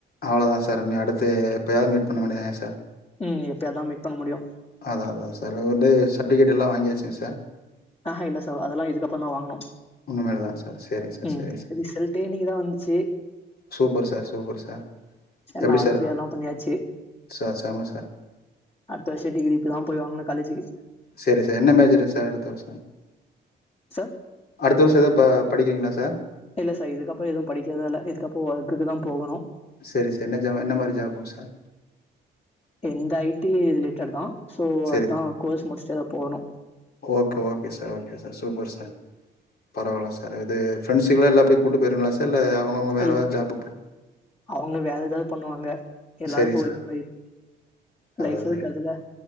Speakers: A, on the left; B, on the left.
A: அவ்ளதா சார் இன்னி அடுத்து எப்போயாவது மீட் பண்ண வேண்டியதா சார்
B: ம் எப்பயா தா மீட் பண்ண முடியு
A: அதா அதா சார் வந்து சர்டிஃபிகேட்டல்லா வாங்கியாச்சா சார்
B: ஆஹா இல்ல சார் அதெல்லா இதுக்கப்புறந்தா வாங்கனு
A: இனிமேல் தான் சார் சரிங்க சார்
B: ம்
A: சரிங்க சார்
B: ரிசல்ட் டே இன்னைக்குதா வந்துச்சு
A: சூப்பர் சார் சூப்பர் சார்
B: எல்லா
A: எப்டி
B: ஆல்
A: சார்
B: கிளியர்லா பண்ணியாச்சு
A: சார் செம சார்
B: அடுத்த வருஷ டிகிரி இப்ப தான் போய் வாங்கனு காலேஜுக்கு
A: செரி சார் என்ன மேஜரு சார் அடுத்த வருஷ
B: சார்
A: அடுத்த வருஷ எதா இப்ப படிக்கிறீங்களா சார்
B: இல்ல சார் இதுக்கப்றோ எதுவு படிக்கறதா இல்ல இதுக்கப்பறோ ஒர்க்குக்கு தா போகணு
A: செரி சார் என்ன ஜாப் என்ன மாரி ஜாப்புங்க சார்
B: எந்த ஐடி ரிலேட்டட் தா சோ
A: சரி
B: அதா கோர்ஸ் முடிச்சுட்டு எதாது போகணு
A: okay okay sir okay sir super sir பரவாயில்ல சார் இது ஃப்ரெண்டஸுக்குலா எல்லா அப்டியே கூட்டு போயிடுவிங்களா சார் இல்ல அவங்க வேற
B: இல்ல
A: வேற ஜாப்க்கு
B: அவங்க வேற எதாவது பண்ணுவாங்க எல்லாருக்கு
A: சரிங்க சார்
B: ஒரே மாரி
A: அதா
B: லைஃப்
A: அதா
B: இருக்காதுல